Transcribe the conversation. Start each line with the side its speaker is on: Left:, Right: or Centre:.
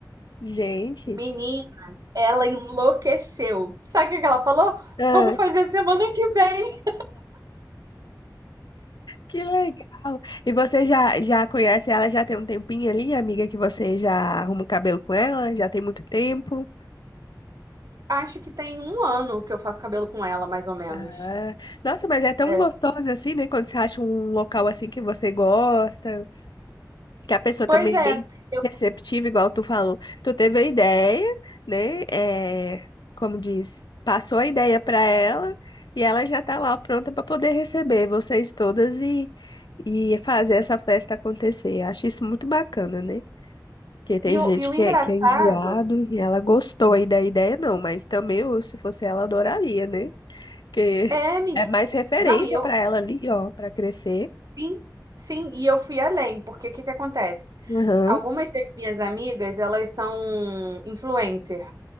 Left: Gente.
Right: Menina, ela enlouqueceu. Sabe o que ela falou?
Left: Uhum.
Right: Vamos fazer semana que vem.
Left: Que legal! E você já, já conhece ela já tem um tempinho ali, amiga, que você já arruma o cabelo com ela? Já tem muito tempo?
Right: Acho que tem um ano que eu faço cabelo com ela, mais ou menos.
Left: Ah, nossa, mas é tão
Right: É.
Left: gostoso assim, né? Quando você acha um local assim que você gosta, que a pessoa
Right: Pois
Left: também
Right: é.
Left: é bem
Right: Eu,
Left: receptiva, igual tu falou. Tu teve a ideia, né? É, como diz, passou a ideia pra ela e ela já tá lá pronta pra poder receber vocês todas e, e fazer essa festa acontecer. Acho isso muito bacana, né? Porque tem
Right: e,
Left: gente
Right: o, e o
Left: que
Right: engraçado
Left: é, que é enjoado e ela gostou aí da ideia, não, mas também eu, se fosse ela, adoraria, né? Porque
Right: é, menina.
Left: é mais referência
Right: Não, e eu,
Left: pra ela ali, ó, pra crescer.
Right: sim, sim, e eu fui além, porque o que que acontece?
Left: Aham,
Right: Algumas das minhas amigas, elas são influencer.